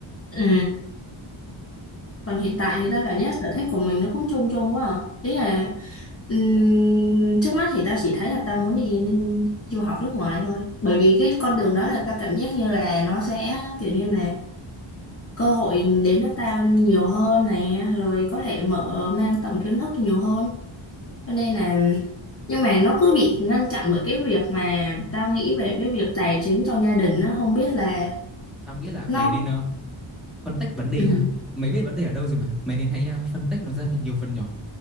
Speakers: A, on the left; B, in the centre.
A: Ừ. Còn hiện tại
B: ờ,
A: thì tao cảm giác sở thích của mình nó cũng chung chung quá à. Ý là ừm, trước mắt thì tao chỉ thấy là tao muốn đi n- du học nước ngoài thôi. Bởi vì cái con đường đó là tao cảm giác như là nó sẽ kiểu như là cơ hội đến cho tao nhiều hơn nè, rồi có thể mở mang tầm kiến thức nhiều hơn. Cho nên là nhưng mà nó cứ bị ngăn chặn bởi cái việc mà tao nghĩ về cái việc tài chính trong gia đình nó không biết là
B: tao nghĩ là
A: nó
B: mày nên ờ, phân tách vấn đề
A: ừ.
B: ha mày biết vấn đề ở đâu rồi mà mày nên hãy ờ, phân tách nó ra thành nhiều phần nhỏ